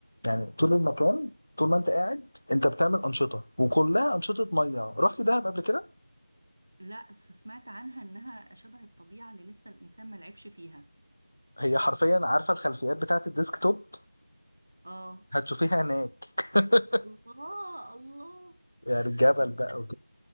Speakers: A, on the left; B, on the right.
A: يعني طول المكان طول ما انت قاعد انت بتعمل انشطه وكلها انشطه ميه رحت دهب قبل كده
B: لا س- سمعت عنها إنها شبه الطبيعة اللي لسه الإنسان ما لعبش فيها
A: هي حرفيا عارفه الخلفيات بتاعت الديسك توب
B: اه
A: هتشوفيها هناك <laughs>
B: الله الله
A: يعني الجبل
B: طب
A: بقى